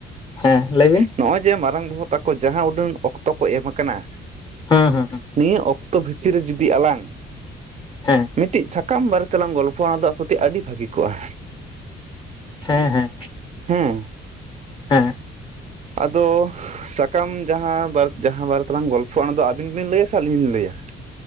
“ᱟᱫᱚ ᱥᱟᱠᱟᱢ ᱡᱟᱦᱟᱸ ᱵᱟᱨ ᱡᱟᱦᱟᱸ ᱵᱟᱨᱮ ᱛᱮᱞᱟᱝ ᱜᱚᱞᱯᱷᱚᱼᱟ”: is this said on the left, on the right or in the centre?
Right